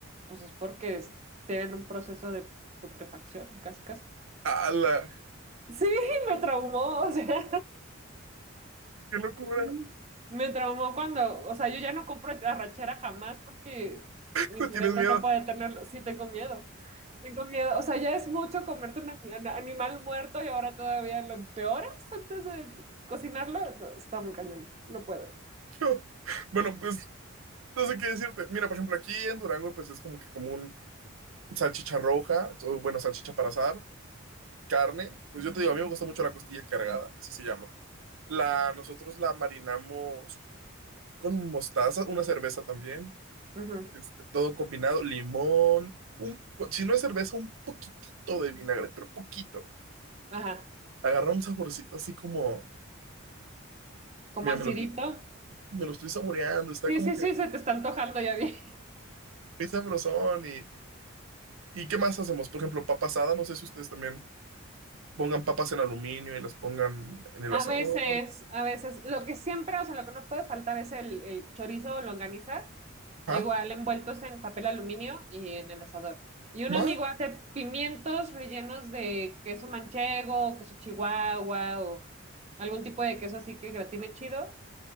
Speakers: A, on the right (about 30°); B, on the right (about 75°).
A: pues es porque es- tienen un proceso de putrefacción, casi casi.
B: ¡Hala!
A: Sí, <laughs> me traumó, o sea.
B: ¡Qué locura!
A: Mm. Me traumó cuando, o sea, yo ya no compro arrachera jamás porque
B: <laughs>
A: mi cerebro
B: ¿Tienes miedo?
A: no puede
B: <laughs>
A: tenerlo. Sí, tengo miedo. Tengo miedo. O sea, ya es mucho comerte un ani- an- animal muerto y ahora todavía lo empeoras antes de cocinarlo. No, está muy cañón. No puedo.
B: No. Bueno, pues no sé qué decirte. Mira, por ejemplo, aquí en Durango, pues es como que común salchicha roja, o bueno, salchicha para asar, carne. Pues yo te digo, a mí me gusta mucho la costilla cargada, así se llama. La, nosotros la marinamos con mostaza, una cerveza también.
A: Ujú.
B: Este, todo combinado, limón, un, si no es cerveza, un poquitito de vinagre, pero poquito.
A: Ajá.
B: Agarra un saborcito así como,
A: Como
B: mira,
A: acidito.
B: me lo estoy, me lo estoy saboreando, está
A: Sí,
B: como
A: sí,
B: que
A: sí, se te está antojando, ya vi.
B: es sabrosón. Y, ¿Y qué más hacemos? Por ejemplo, papa asada, no sé si ustedes también pongan papas en aluminio y las pongan en el
A: A
B: asador.
A: veces, a veces, lo que siempre, o sea, lo que no puede faltar es el, el chorizo o longaniza,
B: ¿Ah?
A: igual envueltos en papel aluminio y en el asador. Y un
B: ¿Ma?
A: amigo hace pimientos rellenos de queso manchego, queso chihuahua o algún tipo de queso así que gratine chido.